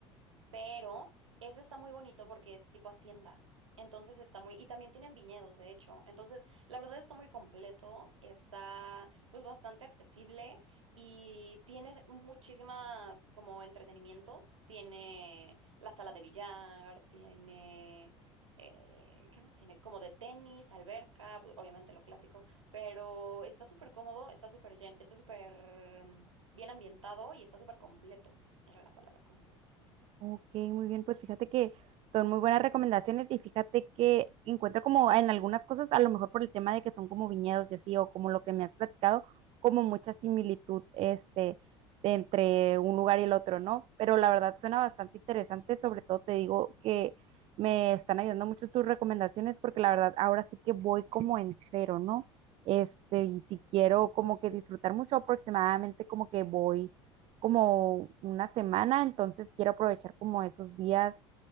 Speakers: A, on the right; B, on the right.
A: Pero ese está muy bonito porque es tipo hacienda. Entonces está muy, y también tienen viñedos, de hecho. Entonces, la verdad está muy completo, está pues bastante accesible y tiene muchísimas como entretenimientos. Tiene la sala de billar, tiene, eh, ¿qué más tiene? Como de tenis, alberca, pues, obviamente lo clásico, pero está súper cómodo, está súper llen- está súper mm, bien ambientado y está súper completo. Era la palabra completa.
B: Ok, muy bien, pues fíjate que son muy buenas recomendaciones y fíjate que encuentro como en algunas cosas, a lo mejor por el tema de que son como viñedos y así, o como lo que me has platicado, como mucha similitud este, de entre un lugar y el otro, ¿no? Pero la verdad suena bastante interesante, sobre todo te digo que me están ayudando mucho tus recomendaciones porque la verdad ahora sí que voy como en cero, ¿no? Este, y si quiero como que disfrutar mucho aproximadamente como que voy como una semana, entonces quiero aprovechar como esos días